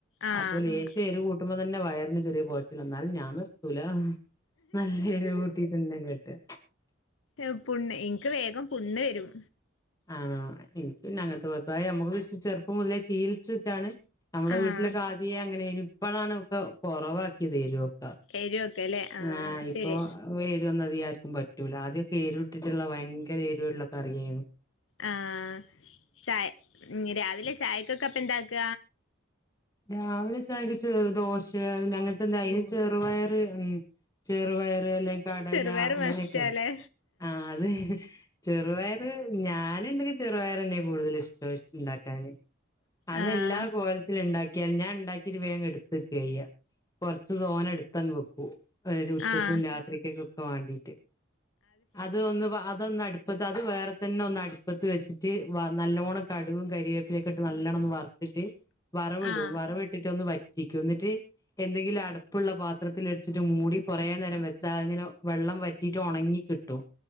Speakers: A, on the left (about 85°); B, on the left (about 20°).
A: ആഹ്
B: അപ്പൊ ലേശ എരു കൂട്ടുമ്പോ തന്നെ വയറിന് ചെറിയ പൊകച്ചിലാ ഇന്നാലും ഞാൻ നിർത്തൂല നല്ല എരു കൂട്ടിട്ടെന്നെ കേട്ടാ
A: ഏഹ് പുണ്ണ് ഇൻക് വേഗം പുണ്ണ് വെരും
B: ആണോ ഇൻക് പിന്നെ അങ്ങനത്തെ കൊഴപ്പല്ല അത് ഞമ്മക്ക് ചെറുപ്പം മുതലേ ശീലിച്ചിട്ടാണ് ഞമ്മളെ
A: ആഹ്
B: വീട്ടിലൊക്കെ ആദ്യേ അങ്ങനേനു ഇപ്പഴാണ് ഒക്കെ കൊറവാക്കിയതെരു ക്കേ
A: എരുവൊക്കെല്ലേ
B: ആഹ്
A: അത്
B: ഇപ്പോ
A: ശരി
B: വേരുവന്നതികാര്ക്കും പറ്റൂല അദ്യൊക്കെ ഏരുട്ടിട്ട്ള്ള വയങ്കരെ ഏരുവുള്ള കറിയേന്നു
A: ആഹ് ചായ രാവിലെ ചായക്കൊക്കെ അപ്പൊ എന്താക്ക
B: രാവിലെ ചായക്ക് ചെറു ദോശ അങ്ങൻത്തെന്തായിന് ചെറുപയറ് ഉം ചെറുപയറ് അല്ലെങ്കി കടല
A: ചെറുപയർ
B: അങ്ങനെക്കെണ്
A: മസ്റ്റാല്ലേ
B: ആഹ് അത് ചെറുപയറ് ഞാന് ണ്ടെങ്കി ചെറുപയറെന്നെ കൂടുതല് റ്റോഷ്റ്റ്ണ്ടാക്കാന് അതെല്ലാകോൽത്തില്ണ്ടാ
A: ആഹ്
B: ക്യാൽ ഞാൻണ്ടാക്കിറ്റ് വേങ്ങെട്ത്ത്ക്കായ്യ കൊർച്ച് തോനെ ട്ത്തങ് വക്കു ഒരു ഉച്ചക്കും
A: ആഹ്
B: രാത്രിക്കെകക്കെ വാണ്ടിറ്റ് അത് ഒന്ന് വാ അതൊന്നടു പ്പത്തെ അത് വേറെ തന്നെ ഒന്ന് അട്പ്പത്ത് വെച്ചിട്ട് വ നല്ലോണം കട്കും കരിവേപ്പിലെക്കെ ഇട്ട് നല്ലോണം ഒന്ന് വറ്ത്തിട്ട് വറവ്ടും
A: ആഹ്
B: വറവ്ട്ടിട്ട് ഒന്ന് വറ്റിക്കുന്നിട്ട് എന്തെങ്കിലു അട് പ്പ്ള്ള പാത്രത്തിലട്ച്ചിട്ട് മൂടി കൊറേ നേരം വെച്ചാ അത്ങ്ങനെ വെള്ളം വറ്റിട്ട് ഒണങ്ങി ക് ട്ടും